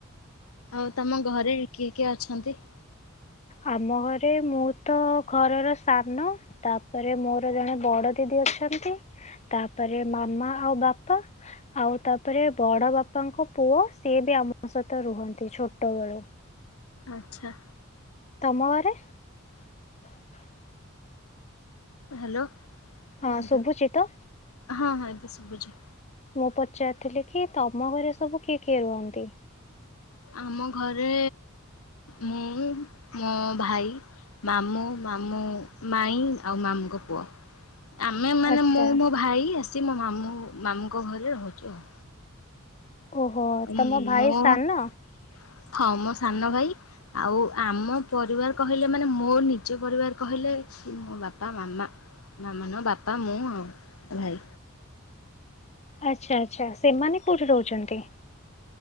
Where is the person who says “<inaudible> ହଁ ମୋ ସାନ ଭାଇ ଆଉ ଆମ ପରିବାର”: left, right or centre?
Left